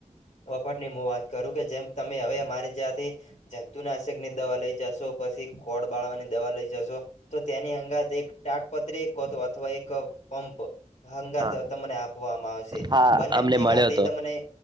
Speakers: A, on the left; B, on the right.
A: વફટ ની હું વાત કરું કે જેમ તમે હવે અમારી જ્યાંથી જંતુ નાશક ની દવા લઈ જશો પછી ખોળ બાળવાની દવા લઈ જસોં તો તેની હંગાતે એક તાટપત્રીતો કોતો અથવા એક પંપ
B: હા
A: તો તમને આપવામાં આવશે
B: હા
A: બંનેમથી
B: અમને મળ્યો
A: આધી
B: હતો
A: તમને